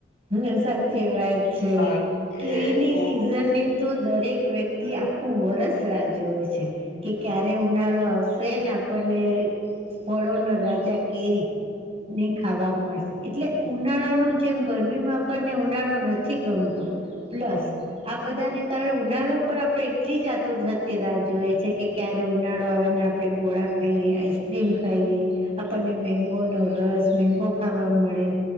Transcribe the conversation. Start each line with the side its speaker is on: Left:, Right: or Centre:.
Right: હમ્મ સાચી વાત છે
Left: એ
Right: કેરીની
Left: એવું
Right: સિઝન ની- - તો દરેક વ્યક્તિ આખું વરસ રાહ જોવે છે કે- - ક્યારે ઉનાળો આવશે ને આપણને ફળો ન રાજા કેરી- - ની ખાવા મળશે એટલે ઉનાળાનું જે- - ગરમીમાં પણને ઉનાળો નથી ગમતો પ્લસ-
Left: હમ હમ
Right: - આ બધાને કારણે ઉનાળો પણ આપણે એટલી જ આતુર થતી રાહ જોઈએ છે કે ક્યારે ઉનાળો આવે ને- - આપણે ગોળા ખાઈએ આઈસ્ક્રીમ ખાઈએ- - આપણને મેંગો નો રસ મેંગો ખાવા મળે